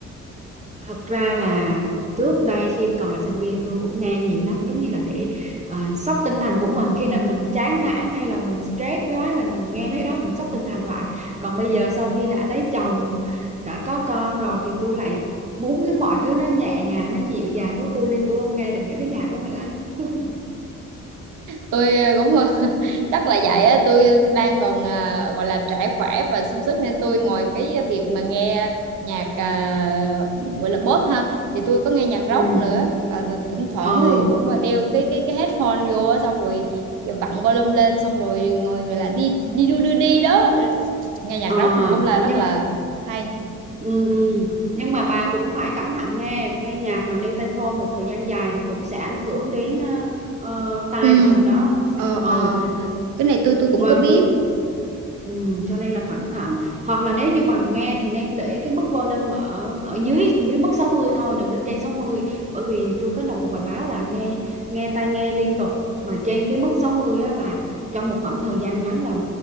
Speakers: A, on the right; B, on the right.
A: Thật ra là trước đây khi còn là sinh viên tôi cũng nghe nhiều lắm giống như là để uh, sốc tinh thần của mình khi là mình chán nản hay là mình stress quá là mình nghe mấy cái đó mình sốc tinh thần lại còn bây giờ sau khi đã lấy chồng đã có con rồi thì tôi lại muốn cái mọi thứ nó nhẹ nhàng nó dịu dàng với tôi nên tôi không nghe được những cái nhạc đó nữa <laughs>
B: tôi ờ, cũng <laughs> chắc là vậy á tôi đang còn à, gọi là trẻ khỏe và sung sức nên tôi ngồi cái việc mà nghe nhạc à, gọi là pop ha thì tôi có nghe nhạc
A: Ừ.
B: rock nữa và thỉnh thoảng
A: ừ
B: thì cũng đeo cái cái cái headphone vô á, xong rồi vặn volume lên xong rồi ngồi gọi là đi đi đu đưa đi đó nghe nhạc
A: ờ,
B: rock cũng là rất
A: nhưng
B: là hay
A: Ừ, ừ. Nhưng mà bà cũng phải cẩn thận nghe nghe nhạc mà đeo tai phone một thời gian dài thì cũng sẽ ảnh hưởng đến ờ, ờ, tai
B: Ừ,
A: của mình đó nó sẽ
B: ờ,
A: ừ
B: ờ. Cái này tôi tôi cũng
A: và
B: có biết.
A: vừa ừ, cho nên là cẩn thận hoặc là nếu như mà nghe thì nên để cái mức volume ở ở dưới dưới mức 60 thôi đừng để trên sáu mươi bởi vì tôi có đọc một bài báo là nghe nghe tai nghe liên tục mà trên cái mức 60 á, là trong một khoảng thời gian ngắn là